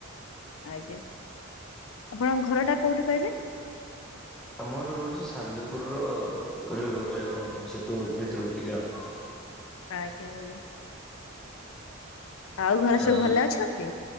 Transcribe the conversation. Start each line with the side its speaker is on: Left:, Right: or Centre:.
Left: ଆଜ୍ଞା ଆପଣଙ୍କ ଘରଟା କୋଉଠି କହିଲେ?
Centre: ଆମର ରହୁଚି ସାଲେପୁରର ରେ ରହୁଚି ଆଜ୍ଞା ସେଠୁ ଭିତୁରୁକୁ ଟିକେ ଆଉ।
Left: ଆଜ୍ଞା ଆଜ୍ଞା। ଆଉ ଘରେ
Centre: ହ।
Left: ସବୁ ଭଲ ଅଛନ୍ତି?